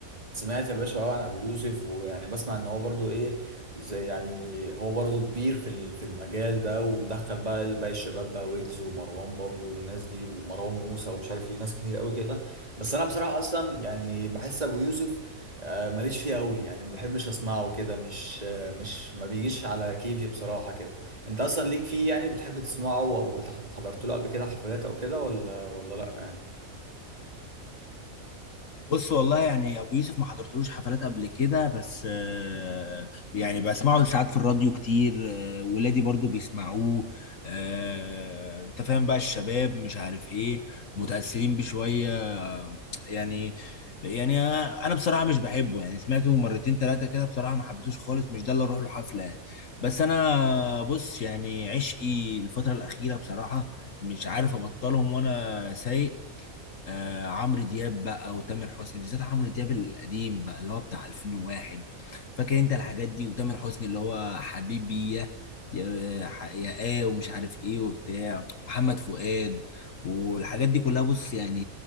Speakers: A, on the right (about 25°); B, on the left (about 65°).
A: سمعت يا باشا اه عن ابو يوسف ويعني بسمع ان هو برضو ايه زي يعني هو برضو كبير في ال- في المجال ده ومدخل بقى باقي الشباب بقى ويجز ومروان بابلو والناس دي ومروان موسى ومش عارف ايه ناس كتير قوي كده بس انا بصراحة اصلا يعني بحس ابو يوسف آه، ماليش فيه قوي يعني ما بحبش اسمعه كده مش آه، مش ما بيجيش على كيفي بصراحة كده انت اصلا ليك فيه يعني بتحب تسمعه او بتح- حضرت له قبل كده حفلات او كده ولا ولا لا يعني
B: بص والله يعني ابو يوسف ما حضرتلوش حفلات قبل كده بس آه، يعني بسمعه ساعات في الراديو كتير آه، ولادي برضو بيسمعوه آه، انت فاهم بقى الشباب مش عارف ايه متأثرين بشوية آه، يعني يعني انا بصراحة مش بحبه يعني سمعته مرتين ثلاثة كده بصراحة ما حبيتوش خالص مش ده اللي اروح له حفلة يعني بس انا بص يعني عشقي الفترة الأخيرة بصراحة مش عارف ابطلهم وانا سايق آه عمرو دياب بقى وتامر حسني بالذات عمرو دياب القديم بقى اللي هو بتاع 2001 فاكر انت الحاجات دي وتامر حسني اللي هو حبيبي يا يا ح- يا ايه ومش عارف ايه وبتاع محمد فؤاد والحاجات دي كلها بص يعني